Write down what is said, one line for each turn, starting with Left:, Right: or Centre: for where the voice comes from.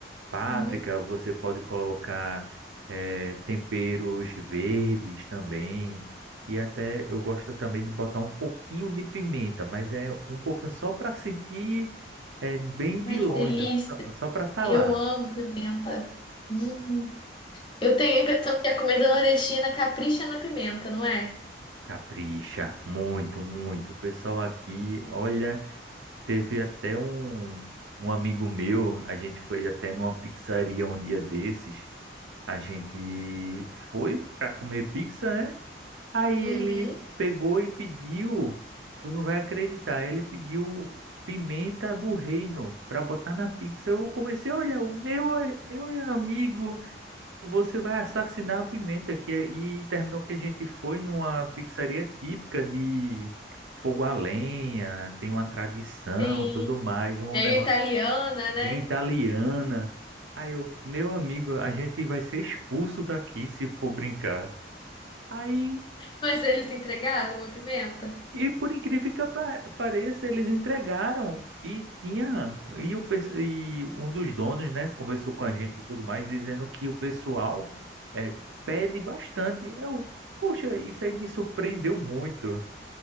Right: páprica,
Left: Hum,
Right: você pode colocar eh, temperos verdes também. E até eu gosto também de botar um pouquinho de pimenta, mas é um pouquinho só para sentir eh, bem de
Left: ai,
Right: longe,
Left: que delícia.
Right: só, só para estar
Left: Eu
Right: lá.
Left: amo pimenta. Hum. hum. Eu tenho a impressão que a comida nordestina capricha na pimenta, não é?
Right: Capricha, muito, muito. O pessoal aqui, olha, teve até um, um amigo meu, a gente foi até numa pizzaria um dia desses. A gente foi para comer pizza, né? Aí
Left: Uhum,
Right: ele pegou e pediu, tu não vai acreditar, ele pediu pimenta do reino para botar na pizza. Eu comecei a olhar, o meu, a- meu amigo, você vai assassinar a pimenta aqui. E terminou que a gente foi numa pizzaria típica de fogo a lenha, tem uma tradição,
Left: sim.
Right: tudo mais, um
Left: Meio
Right: negócio
Left: italiana, né?
Right: bem italiana. Aí eu, meu amigo, a gente vai ser expulso daqui se for brincar. Aí
Left: Mas eles entregaram a pimenta?
Right: E por incrível que apa- pareça, eles entregaram e tinha e, o, pes- e um dos donos, né, conversou com a gente e tudo mais, dizendo que o pessoal é, pede bastante. Eu, poxa, isso aí me surpreendeu muito.